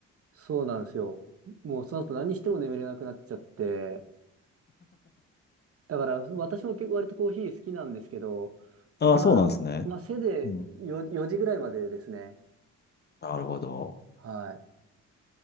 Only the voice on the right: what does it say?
そうなんですよ。もうその後何しても眠れなくなっちゃって。だから私も結構割とコーヒー好きなんですけど、
まあ、
まあせいぜい4、
時ぐらいまでですね。
はい。